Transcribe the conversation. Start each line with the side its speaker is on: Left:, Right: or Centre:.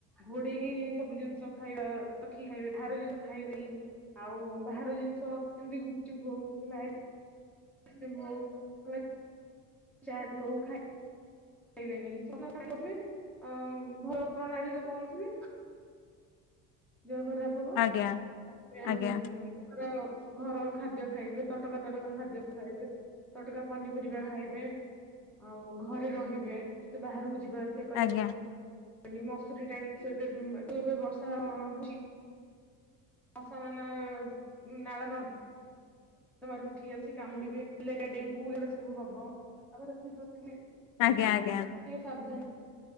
Centre: ଘୋଡେଇକି ସବୁ ଜିନିଷ ଖାଇବା ରଖି ଖାଇବେହାର ଜିନିଷ ଖାଇବେନି ଆଉ ବାହାର ଜିନିଷ ଏମତି ଗୁପଚୁପ ହଉ ହ ଚାଟ ହଉ ଖାଇ ଖାଇବନି <unintelligible> ଅ ଭଲ ପ୍ରଣାଳୀ ଯ କଣଥିଲ ଦେହ ଖରାପ ହବ
Left: ଆଜ୍ଞା
Centre: ତାପ
Left: ଆଜ୍ଞା
Centre: ଘର ଘର ଖାଦ୍ୟ ଖାଇବେ ତ ତଟକା ତଟକା ଖାଦ୍ୟ ଖାଇବେ ତଟକା ପନିପରିବା ଖାଇବେ ଆଉ ଘରେ ରହିବେ ବେ ଏତେବାହାରକୁ ଯିବା ଆସିବା କରିବେ
Left: ଆଜ୍ଞା
Centre: ନି ମସୁରୀ ଟାଣିକି ଶୋଇବେ ସେ ଏବେ ଏବେ ବ- ବର୍ଷା ହଉଚି। ଆସ ମାନ ନାଳ ନାର୍ଦମ ତମ ର ଉଠି ଅଛି କାମୁଡିବେ ମେଲେରିଆ ଡେଙ୍ଗୁ ଏଗୁଡା ସବୁ ହବ ହବ ଆମ ସେଥିପତି ବି ଟିକେ
Left: ଆଜ୍ଞା ଆଜ୍ଞା ଆଜ୍ଞା
Centre: ସାବଧାନ